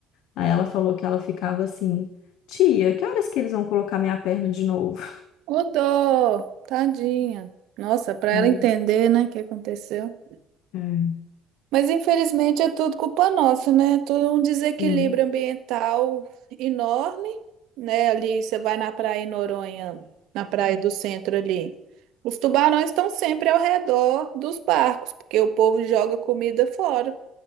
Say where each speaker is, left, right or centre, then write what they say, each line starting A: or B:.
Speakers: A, on the left (about 75°); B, on the right (about 80°).
A: Aí ela falou que ela ficava assim, tia, que horas que eles vão colocar minha perna de novo?
B: ô, dó, tadinha. Nossa, pra
A: <laughs>
B: ela entender, né, o que aconteceu.
A: É.
B: Mas infelizmente é tudo culpa nossa, né? É Todo um desequilíbrio
A: Sim.
B: ambiental enorme, né? Ali você vai na praia em Noronha, na praia do centro ali. Os tubarões estão sempre ao redor dos barcos, porque o povo joga comida fora.